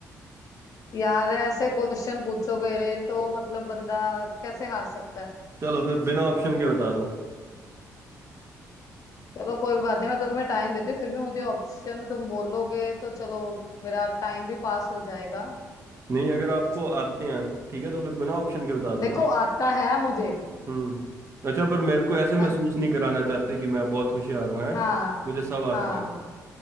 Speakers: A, on the left; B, on the right.
A: यार ऐसे क्वेश्चन पूछोगे तो मतलब बंदा कैसे हार सकता
B: चलो फिर बिना ऑप्शन के बता दो
A: चलो कोई बात नहीं मैं तुम्हें टाइम देती हूँ फिर भी मुझे ऑप्शन तुम बोलोगे तो चलो मेरा टाइम भी पास हो जाएगा
B: नहीं अगर आपको आते हैं ठीक है तो फिर बिना ऑप्शन के बता दो
A: देखो
B: ना
A: आता है मुझे
B: हम्म अच्छा पर मेरे को ऐसे महसूस
A: मैं
B: नहीं कराना चाहते कि मैं बहुत होशियार हूँ है
A: हाँ
B: मुझे सब आता
A: हाँ
B: है